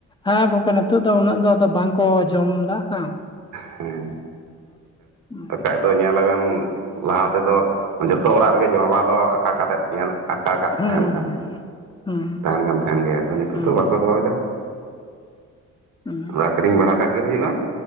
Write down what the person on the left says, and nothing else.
ᱟ ᱜᱚᱝᱠᱮ ᱱᱤᱛᱚᱜ ᱫᱚ ᱩᱱᱟᱹᱜ ᱫᱚ ᱟᱫᱚ ᱵᱟᱝ ᱠᱚ ᱡᱚᱢ ᱮᱫᱟ ᱾
ᱦᱩᱸ
ᱦᱩᱸ
ᱦᱩᱸ
ᱦᱩᱸ
ᱦᱩᱸ